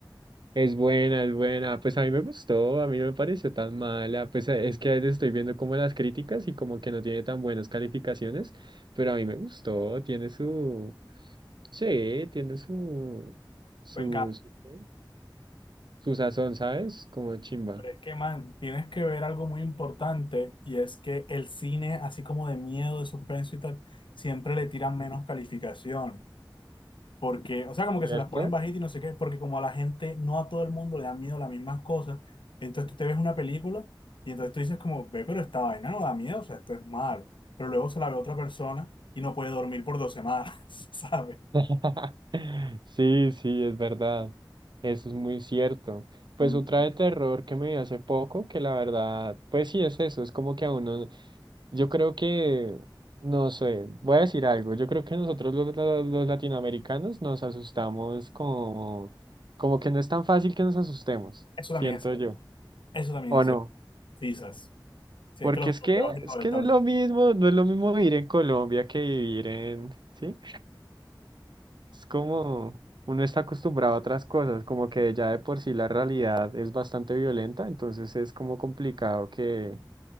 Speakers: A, on the right; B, on the left.
A: Es buena, es buena. Pues a mí me gustó, a mí no me pareció tan mala. Pues eh, es que ahí estoy viendo como las críticas y como que no tiene tan buenas calificaciones, pero a mí me gustó, tiene su, sí, tiene su, su,
B: Me encanta.
A: su- ¿qué? su sazón, ¿sabes? Como chimba.
B: Pero es que, man, tienes que ver algo muy importante y es que el cine, así como de miedo, de suspenso y tal, siempre le tiran menos calificaciones. Porque, o sea, como que
A: ¿Cierto?
B: se las ponen bajitas y no sé qué, porque como a la gente, no a todo el mundo le dan miedo las mismas cosas, entonces tú te ves una película y entonces tú dices como, ve, pero esta vaina no da miedo, o sea, esto es malo. Pero luego se la ve otra persona y no puede dormir por dos semanas, <laughs> ¿sabes?
A: <laughs> Sí, sí, es verdad. Eso es muy cierto. Pues
B: Mm.
A: otra de terror que me vi hace poco, que la verdad, pues sí es eso, es como que a uno, yo creo que, no sé, voy a decir algo, yo creo que nosotros los, los- los latinoamericanos nos asustamos como, como que no es tan fácil que nos asustemos,
B: Eso también
A: siento
B: es cierto.
A: yo,
B: Eso también
A: ¿o
B: es
A: no?
B: cierto. Sí, ¿sabes? Sí,
A: Porque
B: es que los
A: es
B: europeos
A: que,
B: y
A: es
B: los
A: que
B: estadounidenses.
A: no es lo mismo, no es lo mismo vivir en Colombia que vivir en, ¿sí? Es como uno está acostumbrado a otras cosas, como que ya de por sí la realidad es bastante violenta, entonces es como complicado que,